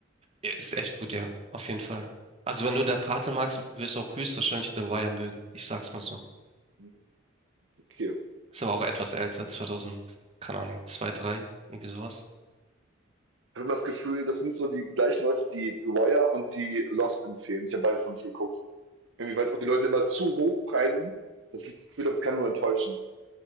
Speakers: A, on the right (about 30°); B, on the right (about 70°).
A: Ja, ist echt gut, ja. Auf jeden Fall. Also wenn du Der Pate magst, wirst du auch höchstwahrscheinlich The Wire mögen. Ich sag's mal so.
B: Mhm, Okay.
A: Ist aber auch etwas älter, 2000, keine Ahnung, 2 3 irgendwie sowas.
B: Ich habe das Gefühl, das sind so die gleichen Leute, die The Wire und die Lost empfehlen. Ich habe beides noch nicht geguckt. Irgendwie, weil es auch die Leute immer zu hoch preisen, dass ich das Gefühl habe, es kann nur enttäuschen.